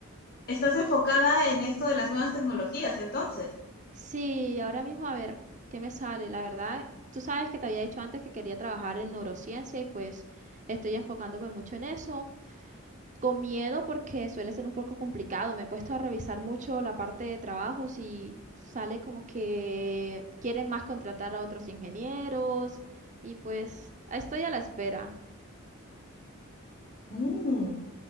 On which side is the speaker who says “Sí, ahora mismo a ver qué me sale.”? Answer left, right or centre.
Right